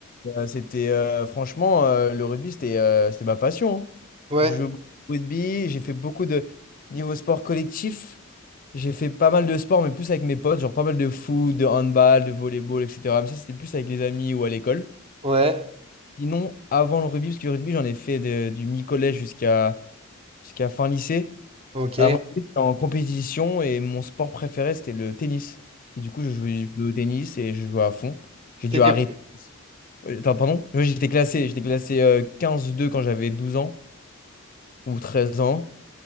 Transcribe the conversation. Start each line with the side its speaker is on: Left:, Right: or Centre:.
Left: Euh, c'était euh, franchement euh, le rugby c'était euh, c'était ma passion. hein.
Right: Ouais,
Left: J'ai joué beaucoup au rugby, j'ai fait beaucoup de niveau sport collectif. J'ai fait pas mal de sports mais plus avec mes potes, genre pas mal de foot, de handball, de volleyball, etc. Mais ça c'était plus avec les amis ou à l'école.
Right: ouais,
Left: Sinon, avant le rugby, parce que le rugby j'en ai fait de- du mi-collège jusqu'à jusqu'à fin lycée.
Right: ok.
Left: Avant, le rugby, j'étais en compétition et mon sport préféré, c'était le tennis. Et du coup, je jouais, je jouais au tennis et je jouais à fond. J'ai
Right: T'étais
Left: dû arrêter. Oui, Attends, pardon? Oui, j'étais classé, j'étais classé euh, 15-2 quand j'avais 12 ans ou 13 ans.